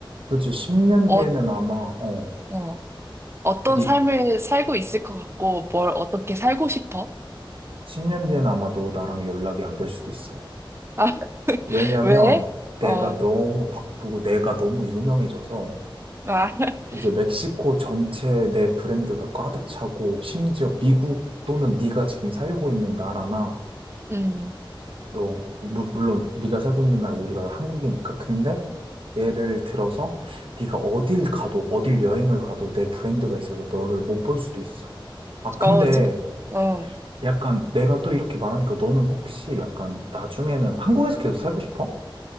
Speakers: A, on the right (about 80°); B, on the right (about 30°).
A: 그렇지. 10년
B: 어,
A: 뒤에는 아마, 어,
B: 어, 어떤
A: 니,
B: 삶을 살고 있을 것 같고, 뭘 어떻게 살고 싶어?
A: 10년 뒤에는 아마도 나랑 연락이 안 될 수도 있어.
B: 아, <laughs>
A: 왜냐면
B: 왜?
A: 내가
B: 어,
A: 너무 바쁘고 내가 너무 유명해져서
B: 아, <laughs>
A: 이제 멕시코 전체에 내 브랜드가 가득 차고 심지어 미국 또는 네가 지금 살고 있는 나라나,
B: 음,
A: 어, 물- 물론 네가 살고 있는 나라 우리가 한국이니까. 근데 예를 들어서 네가 어딜 가도 어딜 여행을 가도 내 브랜드가 있어서 너를 못 볼 수도 있어. 아, 근데
B: 어, 좀, 어.
A: 약간 내가 또 이렇게 말하니까 너는 혹시 약간 나중에는 한국에서 계속 살고 싶어?